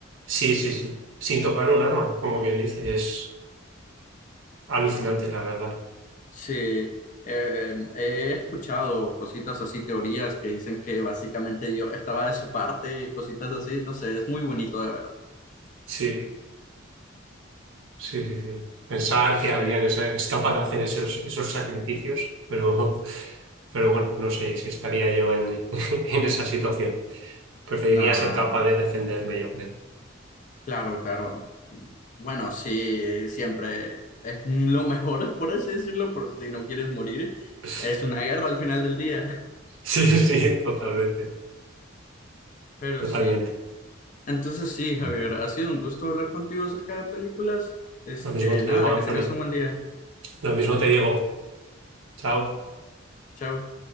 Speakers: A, on the right (about 75°); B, on the left (about 40°).
A: Sí, sí, sí, sin tocar un arma, como quien dice, es alucinante, la verdad.
B: Sí, eh, eh, he escuchado cositas así, teorías que dicen que básicamente Dios estaba de su parte, cositas así, no sé, es muy bonito de ver.
A: Sí, sí, sí, sí. Pensar
B: Sí,
A: que alguien es, es capaz de hacer esos, esos sacrificios, pero, <laughs> pero bueno, no sé si estaría yo en, <laughs> en esa situación. Preferiría
B: nah,
A: ser capaz de defenderme, yo creo.
B: claro, claro. Bueno, sí, siempre es lo mejor, <laughs> por así decirlo, por si no quieres morir.
A: <laughs>
B: Es una guerra al final del día,
A: Sí, sí, totalmente.
B: <laughs> pero
A: Totalmente.
B: sí. Entonces sí, Javier, ha sido un gusto hablar contigo acerca de películas. Este,
A: Lo mismo te
B: nada,
A: digo, Anthony.
B: que tengas un buen día.
A: Lo mismo te digo. Chao.
B: Chao.